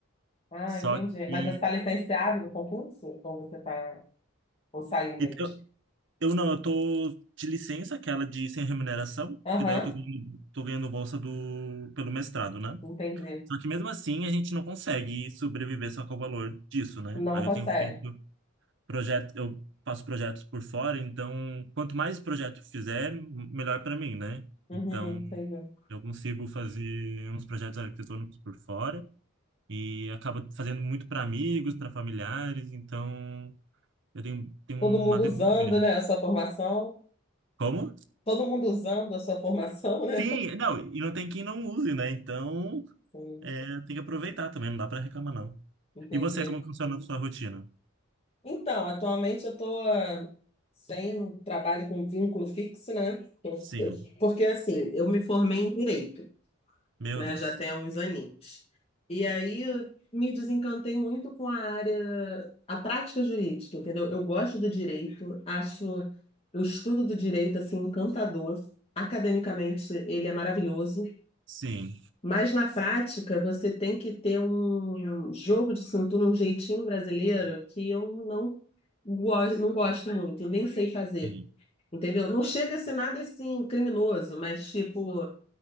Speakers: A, on the left; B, on the right.
A: Ah,
B: Só
A: entendi.
B: que
A: Mas você está licenciado do concurso? Ou você tá... Ou saiu mesmo?
B: e eu, eu não, eu tô de licença, aquela de sem remuneração,
A: Aham,
B: porque daí eu tô, ganhando- tô ganhando bolsa do, pelo mestrado, né?
A: entendi.
B: Só que mesmo assim a gente não consegue sobreviver só com o valor disso, né?
A: Não
B: Aí
A: consegue.
B: eu tenho feito projetos, eu faço projetos por fora, então quanto mais projeto fizer, m- melhor para mim, né?
A: Uhum,
B: Então
A: entendi.
B: eu consigo fazer uns projetos arquitetônicos por fora e acabo fazendo muito para amigos, para familiares, então eu tenho, tenho
A: Todo
B: uma
A: mundo
B: demanda
A: usando,
B: grande.
A: né, a sua formação.
B: Como?
A: todo mundo usando a sua formação, né?
B: Sim, não, e não tem quem não use, né? Então
A: Sim,
B: é, tem que aproveitar também, não dá para reclamar, não.
A: entendi.
B: E você, como funciona a sua rotina?
A: Então, atualmente eu estou sem trabalho com vínculo fixo, né? Eu-
B: Sim.
A: eu- Porque assim, eu me formei em direito,
B: Meu
A: né?
B: Deus.
A: Já tem uns aninhos. E aí eu me desencantei muito com a área, a prática jurídica, entendeu? Eu gosto do direito, acho o estudo do direito assim encantador. Academicamente, ele é maravilhoso.
B: Sim,
A: Mas na prática, você tem que ter um jogo de cintura, um jeitinho brasileiro que eu não, go não gosto muito, nem sei fazer,
B: sim,
A: entendeu? Não chega a ser nada assim criminoso, mas tipo,